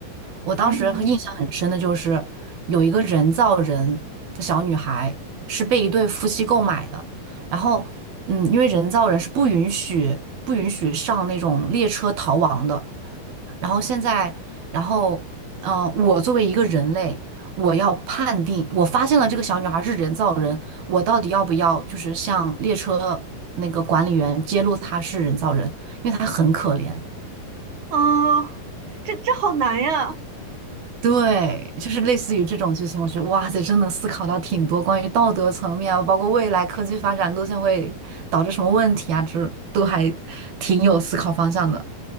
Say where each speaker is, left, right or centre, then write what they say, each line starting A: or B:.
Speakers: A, on the right; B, on the right.
A: 我当时印象很深的就是有一个人造人的小女孩是被一对夫妻购买的，
B: 嗯哼，
A: 然后嗯，因为人造人是不允许不允许上那种列车逃亡的，然后现在，然后嗯、呃我作为一个人类，我要判定我发现了这个小女孩是人造人，我到底要不要就是向列车那个管理员揭露她是人造人，因为她很可怜。
B: 嗯，这这好难呀！
A: 对，就是类似于这种剧情，我觉得哇塞，真的思考到挺多关于道德层面啊，包括未来科技发展路线会导致什么问题啊，这都还挺有思考方向的。